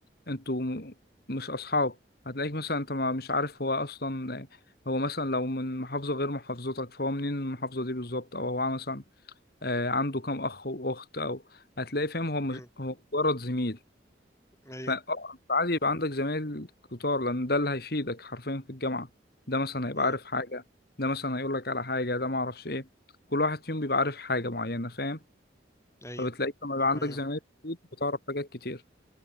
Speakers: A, on the left; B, on the left.
A: انتوا م- مش اصحاب هتلاقيك مثلا انت ما مش عارف هو اصلا هو مثلا لو من محافظة غير محافظتك فهو منين المحافظة دي بالظبط او هو مثلا آه، عنده كام اخ واخت او هتلاقي فاهم هو مش
B: امم
A: هو مجرد زميل
B: ايوه
A: فعادي يبقى عندك زمايل كتار لان ده اللي هيفيدك حرفيا في الجامعة ده مثلا هيبقى
B: امم
A: عارف حاجة ده مثلا هيقولك على حاجة ده معرفش ايه كل واحد فيهم بيبقى عارف حاجة معينة فاهم
B: ايوه
A: فبتلاقيك لما
B: دي
A: يبقى
B: حقيقة
A: عندك زمايل كتير بتعرف حاجات كتير